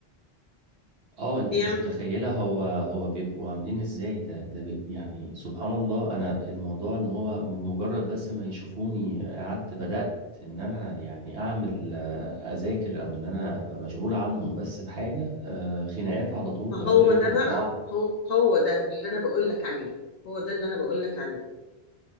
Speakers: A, on the right; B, on the left.
A: اه انتي
B: بيعمل
A: مش متخيلة هو هو بيبقوا عاملين ازاي ده ده بيت يعني سبحان الله انا الموضوع ان هو بمجرد بس ما يشوفوني قعدت بدأت ان انا يعني اعمل آه، اذاكر او ان انا ابقى مشغول عنهم بس بحاجة آه، خناقات على طول
B: ما
A: ويقعدوا
B: هو
A: يجروا
B: ده بقى
A: ورا بعض
B: هو هو ده اللي أنا بقول لك عليه هو ده اللي أنا بقول لك عليه